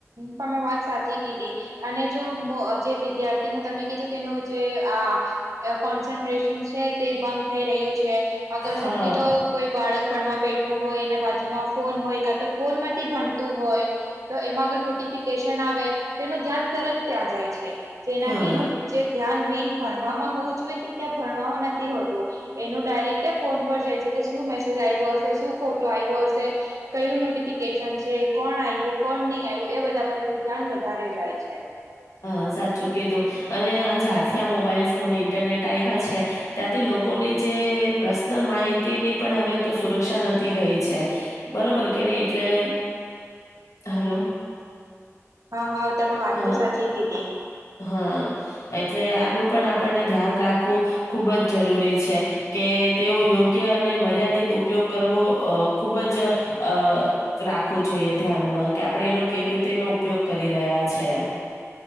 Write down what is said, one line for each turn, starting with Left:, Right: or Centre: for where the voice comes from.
Right: તમે વાત સાચી કીદી અને જો મ જે વિદ્યાર્થીનો તમે કીધું કે એનું જે આ કોન્સન્ટ્રેશન છે તે ભંગ થઈ રહ્યું છે અગર
Left: હા
Right: સમજી લો કોઈ બાળક ભણવા બેઠું હોય એના બાજુમાં ફોન હોય કા તો ફોન માંથી ભણ તું હોય તો એમાં અગર નોટિફિકેશન આવે તેનું ધ્યાન તરત ત્યાં જાય છે જેનાથી
Left: હા.
Right: એનું જે ધ્યાન મેન ભણ ભણવામાં હોવું જોઈએ તે ત્યાં ભણવામાં નથી હોતું એનું ડાયરેક ફોન પર જાય છે કે શું મેસેજ આય વો અસે સુ ફોટો આવ્યો અસે ક્યુ નોટિફિકેશન છે કોણ આયવું કોણ નહી આયવું એ બધા પર એનું ધ્યાન વધારે જાય છે.
Left: હા સાચું કીધું અને આ જ્યારથી આ મોબાઈલ ફોન ઇન્ટરનેટ આયવા છે ત્યાંથી લોકોની જી એ પર્સનલ માહિતી ની પણ હવે તો સુરક્ષા નથી રહી છે બરોબર કે નહી એટલે એ હલો
Right: હા હા તમે વાત
Left: હા
Right: તો સાચી કીધી
Left: હા એટલે આનું પણ આપણને ધ્યાન રાખવું ખુબ જ જરૂરી છે કે તેઓ યોગ્ય અને મર્યાદિત ઉપયોગ કરવો અહ ખૂબ જ જ અહ રાખવું જોઈએ ધ્યાનમાં કે આપડણે એનો કેવી રીતે એનો ઉપયોગ કરી રહ્યા છે. <unintelligible> <inaudible>